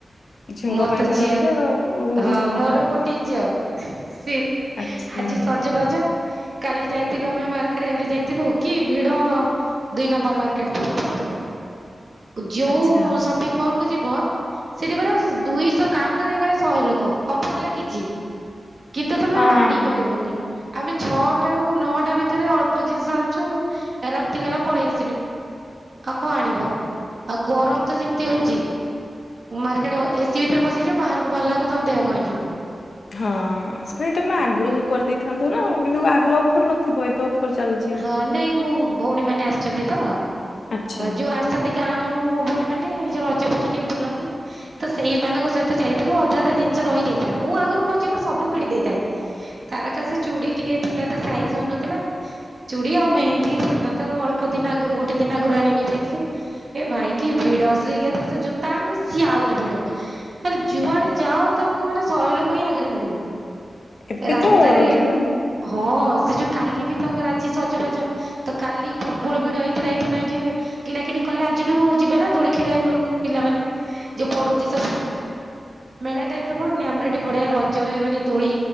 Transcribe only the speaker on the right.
ମୋର
ତ ଝିଅ
ହଁ ମୋର ବି ଗୋ ଝିଅ ସିଏ ଆଜି
ସଜବାଜ। କାଲି ଯାଇଥିଲୁ ଆମେ ମାର୍କେଟ ଆଡେ ଯାଇଥିଲୁ କି ଭିଡ। ଦୁଇ ନମ୍ବର ମାର୍କେଟ ପ୍ରବଳ ଭିଡ। ଯୋଉ
ସପିଙ୍ଗ ମଲକୁ ଯିବ ସେଠି ପୁରା। ଦୁଇଶହ କାଉଣ୍ଟରରେ ଗାଏ ଶହେ ଲୋକ ଅଫର ଲାଗିଛି। କିନ୍ତୁ ତମେ
ଆଣି ପାରିବନି। ଆମେ ଛଅଟାର ନଅଟା ଭିତରେ ଅଳ୍ପ ଜିନିଷ ଆଣିଛୁ ରାତି ହେଲା ପଳେଇ ଆସିଲୁ। ଆଉ କଣ ଆଣିବ ଆଉ ଗରମ ତ ଯେମିତି ହଉଛି ମାର୍କେଟ ଏସିି ଭିତରେ ପଶିଯିବ ବାହାରକୁ ବାହାରିଲାକୁ ତମ ଦେହ କଣ ହେଇଯିବ।
ହଁ ନାଇଁ ମୋ ଭଉଣୀ ମାନେ ଆସିଛନ୍ତି ତ
ଯୋଉ ଆ ଆସିଛନ୍ତି ଗାଁରୁ ମୋ ଭଉଣୀ ମାନେ ସେ ରଜଫଜ ଟିକେ ବୁଲନ୍ତି। ତ ସେଇମାନଙ୍କ ସହିତ ଯାଇଥିଲୁ ଅଧା ଅଧା ଜିନିଷ ରହିଯାଇଥିଲା ମୁଁ ଆଗରୁ ମୋ ଝିଅର ସବୁ କିଣି ଦେଇଥାଏ। ତାର ଖାଲି ସେ ଚୁଡ଼ି ଟିକେ ଥିଲା ତା ସାଇଜ ହଉ ନଥିଲା। ଚୁଡ଼ି ଆଉ ମେହେନ୍ଦୀ ସେଦିନ ତ ଅଳପ ଦିନ ଆଗରୁ ଗୋଟେ ଦିନ ଆଗରୁ ଆଣିବି ବୋଲି ଯାଇଥିଲି। ହେ ଭାଇ କି ଭିଡ ଶ୍ରୀ ଲେଦର ସେ ଜୋତା ଆଣିଲୁ ସିଏ ଆହୁରି ଭିଡ। ମାନେ ଯୁଆଡେ ଯାଅ ତମକୁ ମାନେ ଶହେ ଲୋକ ହିଁ ଆଗରେ ମିଳିବେ।
ରାସ୍ତାରେ
ହଁ ସେ ଯୋଉ କାଲି ବି ତାଙ୍କ ରାଜି ସଜବାଜ। ତ କାଲି ପ୍ରବଳ ଭିଡ ହେଇଥିଲା ଏଇଥିପାଇଁ ଯେ କିଣା କିିଣି କଲେ ଆଜିଠୁ ଯିବେ ନା ଦୋଳି ଖେଳିବାକୁ ଲୋକ ପିଲାମାନେ ଯୋଉ ପୋଡୁଛି ସବୁ ମେଳା ଟାଇପରେ ପଡୁନି ଆମର ଏଠି ବଢିଆ ରଜରେ ମାନେ ଦୋଳି